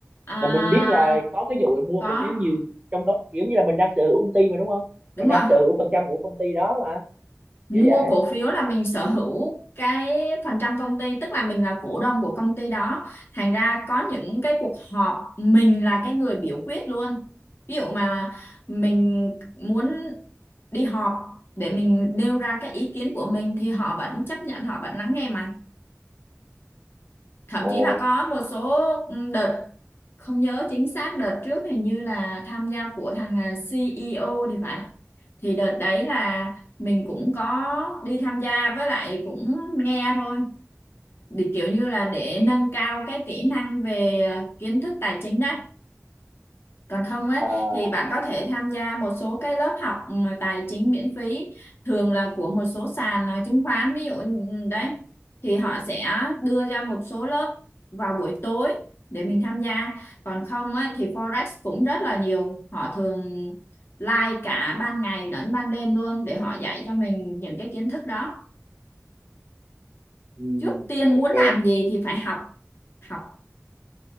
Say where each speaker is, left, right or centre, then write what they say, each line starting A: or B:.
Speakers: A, on the left; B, on the right.
A: à,
B: mà mình biết là có cái vụ là mua
A: có
B: cổ phiếu nhiều trong đó kiểu như là mình đang sở hữu công ty mà đúng không
A: đúng
B: mình đang
A: rồi
B: sở hữu phần trăm của công ty đó mà
A: mua
B: kiểu vậy
A: cổ phiếu là mình sở hữu cái phần trăm công ty tức là mình là cổ đông của công ty đó thành ra có những cái cuộc họp mình là cái người biểu quyết luôn ví dụ mà mình muốn đi họp để mình nêu ra cái ý kiến của mình thì họ vẫn chấp nhận họ vẫn lắng nghe mà thậm
B: Ồ,
A: chí là có một số ừ, đợt không nhớ chính xác đợt trước hình như là tham gia của thằng à, CEO thì phải thì đợt đấy là mình cũng có đi tham gia với lại cũng nghe thôi để kiểu như là để nâng cao cái kỹ năng về à, kiến thức tài chính đấy còn không á
B: à,
A: thì bạn có thể tham gia một số cái lớp học ừ, tài chính miễn phí thường là của một số sàn ờ, chứng khoán ví dụ như- đấy thì họ sẽ đưa ra một số lớp vào buổi tối để mình tham gia còn không á thì Forex cũng rất là nhiều họ thường live cả ban ngày lẫn ban đêm luôn để họ dạy cho mình những cái kiến thức đó
B: ừ,
A: trước tiên
B: ok.
A: muốn làm gì thì phải học học